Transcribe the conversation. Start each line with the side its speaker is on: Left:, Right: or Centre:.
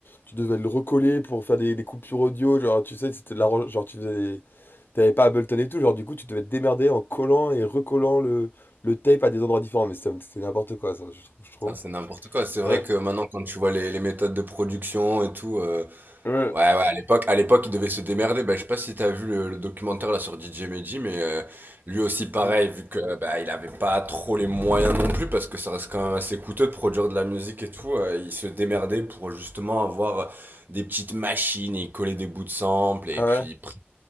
Left: tu devais le recoller pour faire des, des coupures audio. Genre, tu sais, c'était de la, genre, tu faisais des- t'avais pas Ableton et tout. Genre, du coup, tu devais te démerder en collant et recollant le, le tape à des endroits différents. Mais c'était c'était n'importe quoi, ça, je trouve. Je trouve.
Right: Ça, c'est n'importe quoi. C'est vrai
Left: Ouais.
Right: que maintenant quand tu vois les les méthodes de production et tout, euh,
Left: Ouais.
Right: Ouais, ouais, à l'époque, à l'époque, il devait se démerder. Ben, je sais pas si t'as vu le, le documentaire là sur DJ Medji, mais euh, lui aussi pareil,
Left: Mm.
Right: vu que bah, il avait pas trop les moyens non plus, parce que ça reste quand même assez coûteux de produire de la musique et tout. euh, il se démerdait pour justement avoir euh, des petites machines et coller des bouts de samples. Et
Left: Ah
Right: puis,
Left: ouais?
Right: pr-